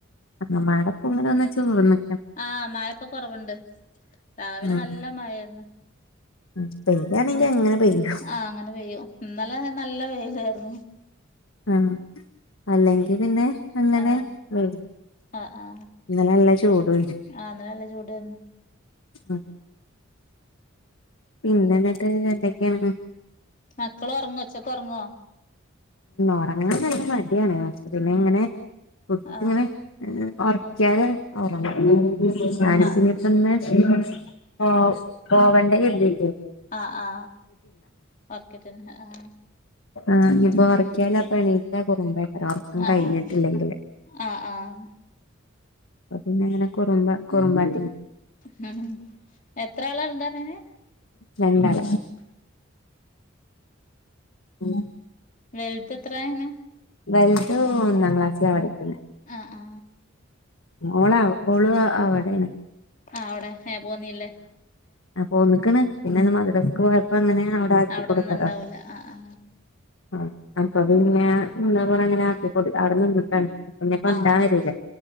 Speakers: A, on the left (about 80°); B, on the left (about 40°).
A: ആ മാടപ്പ ഇങ്ങനെന്ന ചോറ്ന്ന.
B: ആഹ് മായപ്പോ കൊറവുണ്ട് രാവിലെ
A: ഉം
B: നല്ല മായായിന്ന്.
A: ഉം പെയ്യാണെങ്കി
B: ഉം
A: അങ്ങനെ പെയ്യും
B: ആഹ് അങ്ങനെ വെയ്യു ഇന്നലെ നല്ല വെയിലായിരുന്നു.
A: ആ അല്ലെങ്കി പിന്നെ അങ്ങനെ
B: ആ
A: വെയില്
B: ആ ആ
A: ഇന്നലെ നല്ല ചൂടും
B: ആ ഇന്നലെ നല്ല ചൂടായിന്ന്
A: ആ പിന്ന എന്നിട്ട് എന്തൊക്കെയ
B: മക്കള് ഒറങ്ങോ ഉച്ചക്ക് ഒറങ്ങേ
A: ഉറങ്ങാൻ നല്ല മടിയാണ് പിന്നെ ഇങ്ങനെ കുറച്ച്ങ്ങനെ
B: ആഹ്
A: ഒറക്കാല് ഒറങ്ങ <unintelligible>
B: ആഹ്
A: ആ പോവണ്ട കരുതിട്ട് <unintelligible>
B: ആ ആ ഓർക്ക <unintelligible> ആ
A: ആ ഇപ്പൊ ഉറക്കിയാലും ഇപ്പോ എണീറ്റാ കുറമ്പായി ഒറക്കം കഴിഞ്ഞിട്ടില്ലെങ്കില്
B: ആഹ് ആഹ് ആഹ്
A: പിന്നെ എങ്ങനെ കറുമ്പ കുറുമ്പൻ
B: മം എത്ര ആളാ ഉണ്ട് പറണേ
A: രണ്ടാൾ മം
B: വെലതത്രയാണ്
A: വലുത് ഒന്നാം ക്ലാസ്സില പഠിക്ക്ണെ
B: ആ ആ
A: ഓളാ ഓള് അവടെണ്
B: ആ അവിടെ എ പോന്നീല്ലേ
A: ആ പോന്നിക്കണ് പിന്നെന്ന് മദ്രസക്ക് പോയപ്പോ അങ്ങനെയാണ് അവിടെ ആക്കി
B: അവിടെന്നുണ്ടാവൂല
A: കൊടുത്തതാ
B: ആ ആ
A: ആ അപ്പൊ അത്ങ്ങെ എന്താ പറ അങ്ങനെ ആക്കി കൊ അവിടെ നിന്നിട്ടാണ് ന്നെക്കെ <unintelligible> കൊണ്ടാൻ
B: ആ
A: വരൂലേ